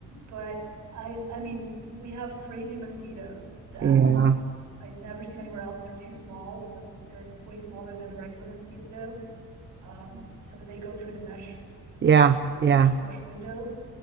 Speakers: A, on the right (about 80°); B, on the right (about 35°).
A: but I, I mean, we have crazy mosquitoes that
B: yeah,
A: I've never seen anywhere else. They're too small, so they're way smaller than a regular mosquito. Um, so they go through the mesh,
B: yeah,
A: uh,
B: yeah."
A: mesh window.